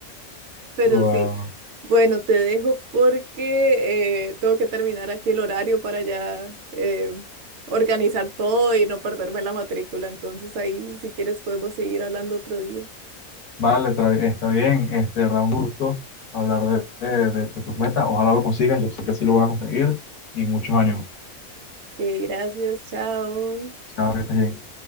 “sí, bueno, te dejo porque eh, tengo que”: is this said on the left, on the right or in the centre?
Right